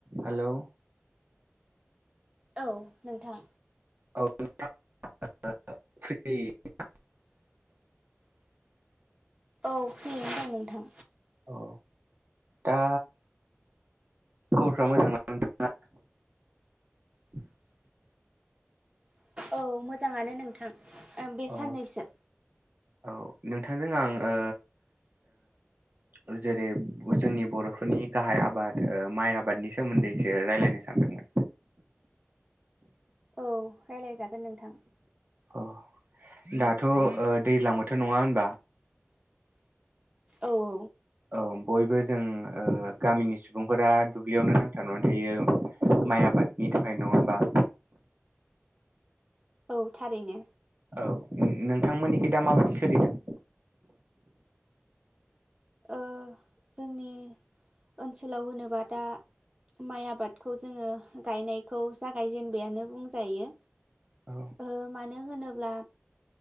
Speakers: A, on the right (about 45°); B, on the right (about 20°).
A: हेल'
B: औ नोंथां
A: <inaudible>
B: औ फ्रियैनो दं नोंथां
A: अ दा खबरफ्रा मोजां ना नोंथांना? <unintelligible>
B: औ मोजाङानो नोंथां ओं बे
A: औ
B: साननैसो
A: औ नोंथांजों ओ ओ जेरै जोंनि बर'फोरनि गाहाय आबाद ओ माइ आबादनि सोमोन्दैसो रायलायनो सान <unintelligible> <inaudible>
B: औ राय्लायजागोन नोंथां।
A: अ दाथ' ओ दैज्लां बोथोर नङा होनबा।
B: औ औ
A: ओंम बयबो जों ओ गामिनि सुबुंफोरा दुब्लियावनो नांथाबनानै थायो। माइ आबादनि थाखाय नङा होमबा
B: औ थारैनो
A: औ नोंथांमोननिख दा माबायदि सोलिदों?
B: ओ जोंनि ओनसोलाव होनोबा दा माइ आबादखौ जोंङो गायनायखौ जागायजेनबायानो बुंजायो।
A: औ
B: ओ मानो होनोब्ला